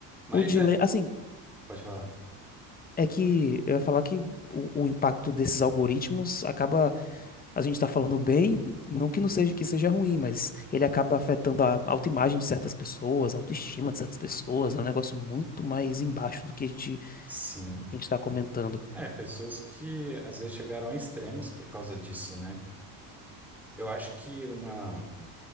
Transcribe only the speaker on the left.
o dilema,
assim,
é que eu ia falar que o, o impacto desses algoritmos acaba. A gente tá falando bem, não que não seja que seja ruim, mas ele acaba afetando a autoimagem de certas pessoas, a autoestima de certas pessoas. É um negócio muito mais embaixo do que a gente,
do que a gente tá comentando.